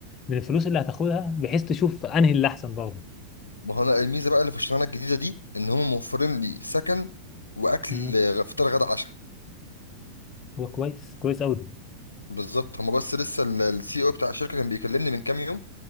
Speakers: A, on the left (about 30°); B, on the left (about 75°).
A: من الفلوس اللي هتاخدها بحيث تشوف انهي اللي احسن برضه
B: ما هو انا الميزة بقى اللي في الشغلانة الجديدة دي ان هم موفرين لي سكن واكل
A: مم.
B: آه، فطار غدا عشاء
A: هو كويس كويس قوي
B: بالظبط هما بس لسه السي او بتاع الشركه كان بيكلمني من كام يوم